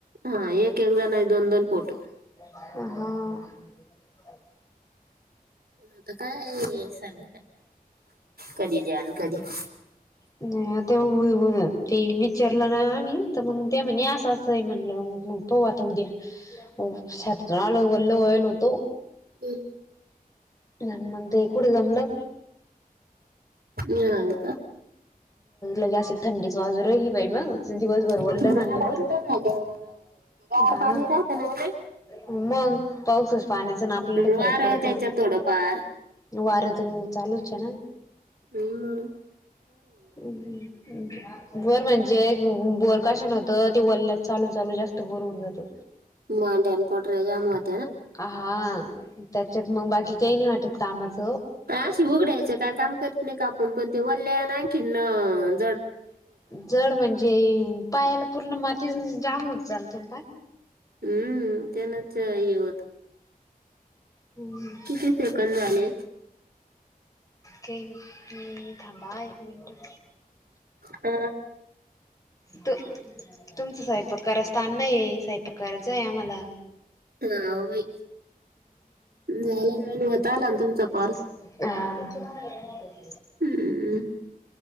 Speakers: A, on the right; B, on the left.
A: हा एक एक जणां दोन दोन फोटो
B: हं
A: आता काय सग कधी द्याल कधी <unintelligible>
B: नाही तेव हो हो ते विचारलं ना आम्ही तर मग ते म्हणे असं असं म्हणलं मग पाहु आता उद्या शेतात तुन आलो वल्ले होईल होतो-
A: हम्-
B: जन म्ह <inaudible> ण ते कुठं जमलं
A: मी हाव का
B: लगे अस थंडीच वाजु राहिली बाई मग दिवसभर
A: मग
B: वल्लं मनल्यावर
A: बोलणं झाल्यावर गार
B: हा
A: पाणी राहतं ना लई.
B: हो मग पाऊसा पाण्याचा ना आपल्याला
A: वारं
B: फरक पडतो
A: त्याच्यात थोडंफार
B: वारं तर चालुच आहे ना
A: हम्
B: बरं म्हणजे बोर काश व्हतं ते वल्यात चालु चालु जास्त बोर होऊन जातं
A: मांड्या पोटर्या जाम होतात
B: हा त्याच्यात मग बाकी काही नाही वाटत कामाच
A: अशी उघडायचे काय काम करीत नाही काम पण ते वल्ल्या आणखीन न
B: जड म्हणजे पायाला पुर्ण माती जाम होत चालते ना पाय
A: हम्म त्यानच येव
B: हम्म
A: किती सेकंद झाले
B: की ही थांबा एक मिनट
A: अ
B: तु तुमचं स्वयंपाक करायचा टाईम नाहीये स्वयंपाक करायचा आहे आम्हाला
A: हाव बाई झालं व्हतं आला तुमचा
B: हं
A: कॉल
B: हं
A: हम्म